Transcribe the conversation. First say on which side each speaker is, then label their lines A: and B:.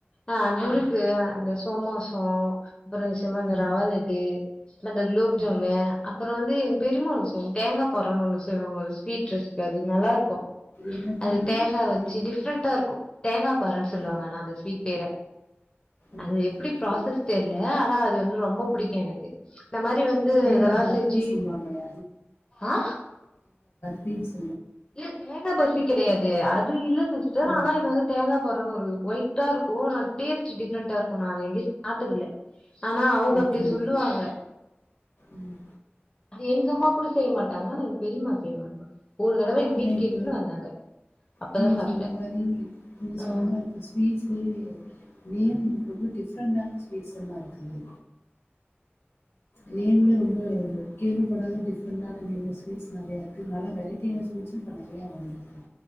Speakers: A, on the left; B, on the left.
A: ஆ முறுக்கு
B: ம்
A: ஆ அந்த சோமாசோ அப்பறோ நீங்க சொன்ன அந்த
B: ம்
A: ரவா லட் டு அப்றோ அந்த குலோப்ஜாமு
B: ம்
A: அப்பறோ வந்து எங்க பெரிம்மா ஒன்னு செய்வாங்க தேங்கா பாறோன்னு ஒன்னு செய்வாங்க ஒரு ஸ்வீட் ரெசிபி அது நல்லா இருக்கு
B: என்ன பேருமா
A: அது தேங்கா
B: அ
A: வச்சு
B: என்ன
A: டிஃப்ரெண்டா
B: பேரு?
A: இருக்கு தேங்கா பாறன்னு சொல்லுவாங்க
B: ஆ
A: ஆனா அந்த ஸ்வீட் பேர <inaudible>
B: ஓகே
A: அது எப்டி
B: ஓகே
A: ப்ராசஸ் தெர்ல
B: ம்
A: ஆனா அது வந்து ரொம்ப புடிக்கு
B: ஆ
A: எனக்கு இந்த மாரி வந்து
B: தேங்கா
A: இதெல்லா
B: பர்பி
A: செஞ்சு
B: சொல்வாங்களே
A: ஆ
B: பின்னு
A: இது தேங்கா பர்ஃபி கெடையாது அது இல்ல சிஸ்டர்
B: ம்
A: ஆனா இது வந்து தேங்கா பாறன்னு ஒரு ஒயிட்டா இருக்கு ஆனா டேஸ்ட் டிஃப்ரெண்டா இருக்கு நா அத எங்கயு சாப்ட்டது இல்ல ஆனா அவுங்க
B: ஓகே
A: அப்டி
B: ஓகே
A: சொல்லுவாங்க
B: ம்
A: அது எங்கம்மா கூட செய்ய மாட்டாங்க ஆனா எங்க பெரிம்மா செய்வாங்க ஒரு தடவ எங்க
B: ஆனா
A: வீட்டுக்கு
B: இப்போ
A: எட்டுன்னு வந்தாங்க அப்பதா
B: நீங்க
A: சாப்ட்டே
B: சொன்ன மாரி இ நீங்க
A: ம்
B: சொன்ன மாரி இப்ப ஸ்வீட்ஸு இனியும் ரொம்ப டிஃப்ரெண்டான ஸ்வீட்ஸ் எல்லா இருக்குது நேம்ல ரொம்ப கேள்விப்படாத டிஃப்ரெண்டான நேம்ல ஸ்வீட்ஸ் நெறைய இருக்கு நல்ல வெரைட்டியான ஸ்வீட்ஸு இப்ப நெறைய வந்திருக்கு